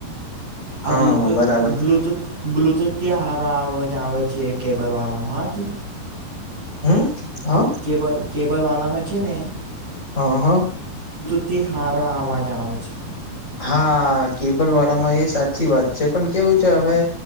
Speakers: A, on the right; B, on the left.
A: આ
B: હા
A: બ્લુટૂથ
B: બરાબર
A: બ્લુટથ બ્લુટથથી હારા આ હોય. આવે છે કેબર વાલામાં હ કે
B: હમ્મ હા.
A: કેબલ કેબલવાલામાં છે ને.
B: હ હ.
A: અતિ હારા અવાજ આવે છે.
B: હા કેબલ વાળામાં એ સાચી વાત છે, પણ કેવું છે હવે